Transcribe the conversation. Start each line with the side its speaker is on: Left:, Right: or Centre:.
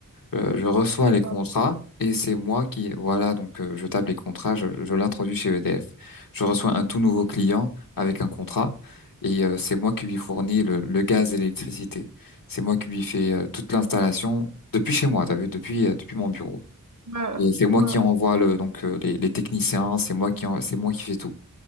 Left: Euh, je reçois
Right: d'accord.
Left: les contrats et c'est moi qui, voilà, donc euh, je tape les contrats, je, je l'introduis chez EDF. Je reçois un tout nouveau client avec un contrat et euh, c'est moi qui lui fournis le, le gaz et l'électricité. C'est moi qui lui fais euh, toute l'installation depuis chez moi, t'as vu, depuis euh, depuis mon bureau.
Right: Ouais,
Left: Et c'est moi
Right: ouais.
Left: qui envoie le donc euh, les, les techniciens, c'est moi qui en- c'est moi qui fais tout.